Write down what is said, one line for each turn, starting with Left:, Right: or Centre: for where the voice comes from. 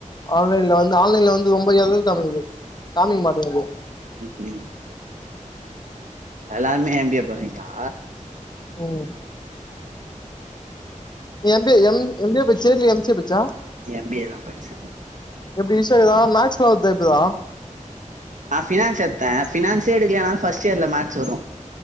Left: ஆன்லைன்ல வந்து ஆன்லைன்ல வந்து ரொம்ப எரர் காமிக்குது காமிக்மாட்டிகது <inaudible>
Right: ம் ம் எல்லாருமே எம் பி ஏ போட்றீங்ளா
Left: உம் M B A M M B A பச்சியா இல்ல எம் சி ஏ பச்சியா
Right: ஏம் பி ஏ தா படிச்ச
Left: எப்டி ஈசியாகுதா மேக்ஸ் <unintelligible> இகுதா
Right: நா பினான்ஸ் எத்த பினான்ஸே எடுக்லினாலு ஃபஸ்ட்டியர்ல மேக்ஸ் வரு